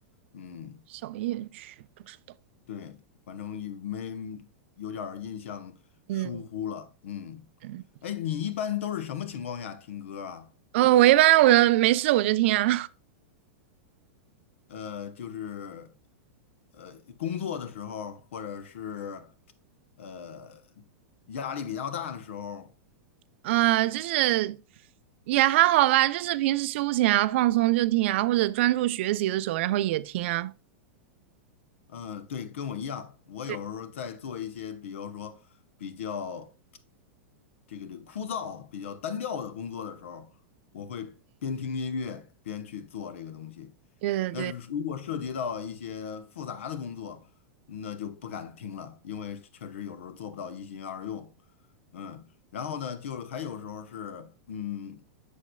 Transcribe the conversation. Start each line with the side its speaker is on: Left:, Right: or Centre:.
Left: 嗯，
Right: 小夜曲不知道。
Left: 对，反正也没有点儿印象疏忽了，
Right: 嗯
Left: 嗯，
Right: 嗯，
Left: 哎，你一般都是什么情况下听歌啊？
Right: 哦，我一般我没事我就听啊，
Left: 呃，就是呃，工作的时候，或者是呃压力比较大的时候，
Right: <laughs> 啊、就是也还好吧，就是平时休闲啊、放松就听啊，或者专注学习的时候，然后也听啊。
Left: 嗯，对，跟我一样，我有时候在做一些，
Right: 对，
Left: 比如说比较这个这个枯燥、比较单调的工作的时候，我会边听音乐边去做这个东西。
Right: 对对对
Left: 那如果涉及到一些复杂的工作，那就不敢听了，因为确实有时候做不到一心二用。嗯，然后呢，就是还有时候是嗯，